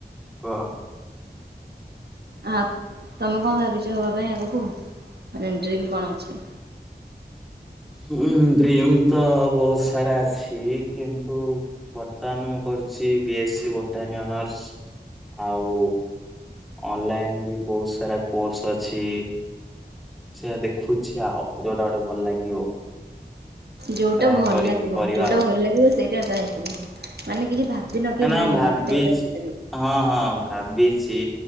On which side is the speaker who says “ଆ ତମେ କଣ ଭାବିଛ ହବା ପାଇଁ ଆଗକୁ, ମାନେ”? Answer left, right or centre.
Right